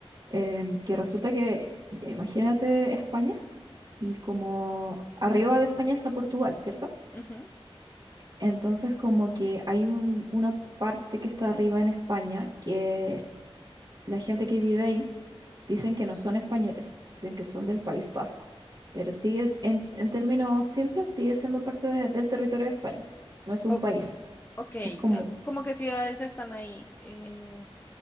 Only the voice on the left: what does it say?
Ujú.
O-
ok,
ah, ¿cómo que ciudades están ahí? Eh,